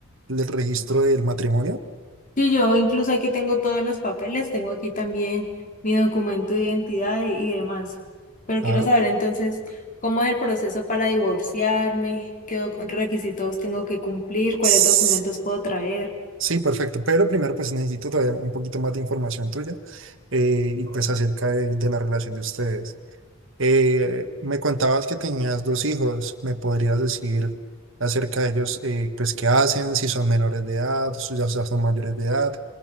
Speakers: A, on the right (about 60°); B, on the left (about 35°).
A: el del registro del matrimonio?
B: Sí, yo incluso aquí tengo todos los papeles, tengo aquí también mi documento de identidad y, y demás. Pero
A: Ah,
B: quiero saber entonces cómo es el proceso para divorciarme, qué doc- requisitos tengo que cumplir, cuáles
A: s-
B: documentos puedo traer.
A: sí, perfecto. Pero primero, pues necesito todavía un poquito más de información tuya eh, y pues acerca de de la relación de ustedes. Eh, me contabas que tenías dos hijos. ¿Me podrías decir acerca de ellos, eh, pues qué hacen, si son menores de edad, si ya son mayores de edad,